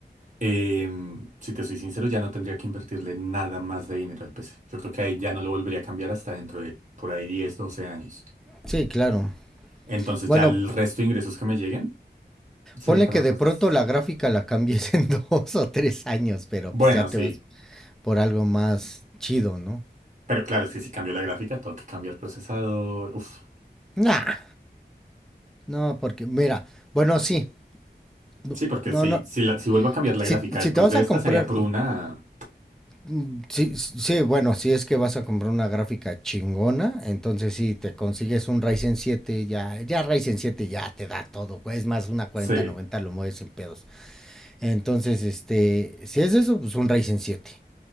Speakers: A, on the right; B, in the centre.
A: em, si te soy sincero, ya no tendría que invertirle nada más de dinero al PC. Yo creo que ahí ya no lo volvería a cambiar hasta dentro de por ahí 10, 12 años.
B: Sí, claro.
A: Entonces
B: Bueno,
A: ya el resto de ingresos que me lleguen Sería
B: Ponle
A: para
B: que
A: otros
B: de pronto
A: dos.
B: la gráfica la cambies en <laughs> dos o tres años, pero
A: Bueno,
B: pues ya te
A: sí.
B: vas por algo más chido, ¿no?
A: Pero claro, es que si cambio la gráfica, tengo que cambiar procesador. Uf.
B: Nah, no, porque mira, bueno, sí, bu-
A: Sí, porque
B: no,
A: si,
B: no,
A: si, la- si vuelvo a cambiar
B: si,
A: la gráfica
B: si
A: después
B: te vas
A: de
B: a
A: esta,
B: comprar,
A: sería por una...
B: mm, sí, sí, bueno, si es que vas a comprar una gráfica chingona, entonces sí, te consigues un Ryzen 7 ya, ya Ryzen siete ya te da todo, güey, es más, una cuarenta
A: Sí.
B: noventa lo mueves en pedos. Entonces, este, si es eso, pues un Ryzen 7.